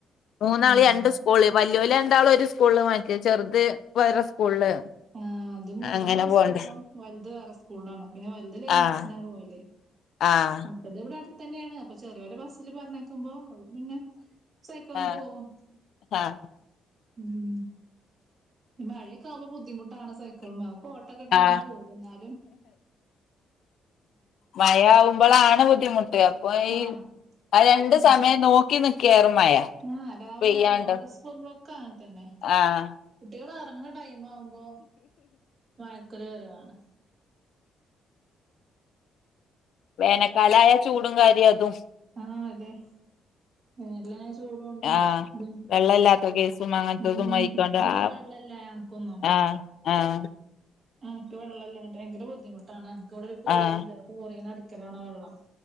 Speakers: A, on the left; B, on the right.
A: മൂന്നാളി
B: ആഹ്
A: രണ്ട് സ് സ്കൂള് വല്യോൽ രണ്ടാളും ഒരു സ്കൂളിൽ മാരിക്ക, ചെറുത് വേറെ സ്കൂളില്
B: ആഹ് അത് മൂന്നെണ്ണം
A: അങ്ങനെ
B: ഒരു
A: പോണ്ട്
B: സ്കൂളിലും, വലുത് വേറെ സ്കൂളിലാണ്, പിന്നെ വലുത് ലൈൻ
A: ആഹ്
B: ബസ്സിനാ പോവല്
A: ആഹ്
B: അപ്പത് ഇവിടെ അടുത്ത തന്നെയാണ്, അപ്പ ചെറിയോന്റെ ബസിൽ പറഞ്ഞക്കും ക്കുമ്പോ അപ്പൊ പിന്നെ സൈക്കളുമ
A: ആഹ്
B: പോകും.
A: ആഹ്
B: ഉം മഴയൊക്കെ ആവുമ്പോ ബുദ്ധിമുട്ടാണ് സൈക്കളുമ്മേ കോട്ടൊക്കെ ഇട്ട് അങ്ങനെ
A: ആഹ്
B: പോവും. എന്നാലും
A: മഴ ആവുമ്പോളാണ് ബുദ്ധിമുട്ട്. അപ്പൊ ഈ
B: ആഹ്
A: ആ രണ്ട്
B: അതെ
A: സമയം നോക്കി നിക്കാൻ മഴ
B: ആഹ്, രാവിലെ
A: പെയ്യാണ്ട്
B: മദ്രസ പോകുമ്പോളൊക്കെ അങ്ങനെതന്നെ.
A: ആഹ്
B: കുട്ടികള് ഇറങ്ങണ ടൈം ആവുമ്പോ മഴക്കൊര് വരവാണ്.
A: വേനൽക്കാലായ ചൂടും കാര്യം അതും.
B: ആഹ് അതെ. വേനലായ ചൂടുകൊണ്ടും
A: ആഹ്
B: ഇതും
A: വെള്ളല്ലാത്ത കേസും അങ്ങനത്തതും
B: ഉം
A: ആയിക്കാണ്ട്
B: ഇവിടെ അങ്ങനെ
A: ആഹ്
B: വെള്ളല്ലാ ഞങ്ങക്കൊന്നും.
A: ആഹ് ആഹ്
B: ഇപ്പ വെള്ളം ഇല്ലാഞ്ഞിട്ട് ഭയങ്കര ബുദ്ധിമുട്ടാണ്. എനക്ക് ഇവിടെ ഒരു കോറിയുണ്ട്.
A: ആഹ്
B: ആ കോറീന്നടിക്കൽ വെള്ളം.